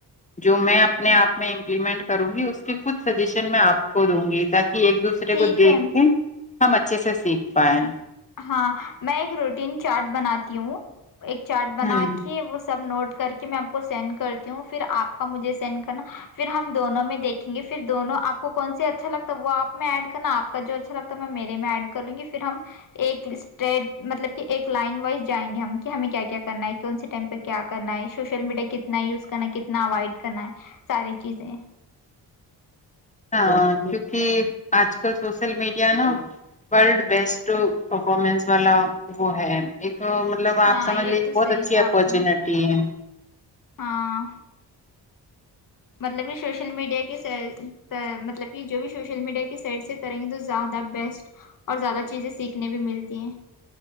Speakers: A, on the left; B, on the left.
A: جو میں اپنے آپ میں امپلیمنٹ کروں گی اس کے کچھ سجیشن میں آپ کو دوں گی تاکہ ایک دوسرے
B: ٹھیک
A: کو دیکھیں
B: ہے
A: ہم اچھے سے سیکھ پائے
B: ہاں میں ایک روٹین چاٹ بناتی ہوں ایک چارٹ بنا
A: ہ
B: کے وہ سب نوٹ کر کے میں آپ کو سینڈ کرتی ہوں پھر آپ کا مجھے سینڈ کرنا پھر ہم دونوں میں دیکھیں گے پھر دونوں آپ آپ کو کون سے اچھا لگتا ہے وہ آپ میں ایڈ کرنا آپ کا جو اچھا لگتا ہے میں میرے میں ایڈ کر لوں گی پھر ہم ایک اسٹٹ مطلب کہ ایک لائن وائز جائیں گے ہم کہ ہمیں کیا کیا کرنا ہے کون سے ٹائم پہ کیا کرنا ہے سوشل میڈیا کتنا یوز کرنا ہے کتنا اوائڈ کرنا ہے ساری چیزیں
A: ہاں کیونکہ آج کل سوشل میڈیا نا ورلڈ بیسٹ پرفارمنس والا وہ ہے ایک تو مطلب
B: ہاں
A: آپ سمجھ
B: یہ
A: لیجے
B: تو
A: بہت
B: صحیح
A: اچھی
B: کہا
A: اپارچونیٹی
B: آپ نے
A: ہے
B: ہاں مطلب کہ سوشل میڈیا کے مطلب کہ جو بھی سوشل میڈیا کی سائڈ سے کریں گے تو زیادہ بیسٹ اور زیادہ چیزیں سیکھنے بھی ملتی ہیں